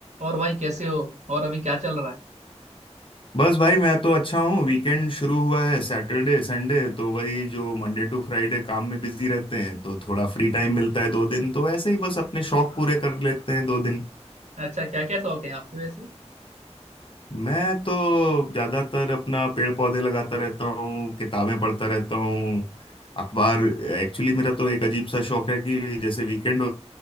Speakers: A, on the right; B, on the left.
A: और भाई कैसे हो और अभी क्या चल रहा
B: बस भाई मैं तो अच्छा हूँ वीकेंड शुरू हुआ है सैटरडे संडे तो वही जो मंडे टू फ्राइडे काम में बिजी रहते हैं तो थोड़ा फ्री टाइम मिलता है दो दिन तो ऐसे ही बस अपने शौक पूरे कर लेते हैं दो दिन
A: है अच्छा क्या क्या शौक है आपके वैसे
B: मैं तो ज्यादातर अपना पेड़ पौधे लगाता रहता हूँ किताबें पढ़ता रहता हूँ अखबार एक्चुअली मेरा तो एक अजीब सा शौक है कि जैसे वीकेंड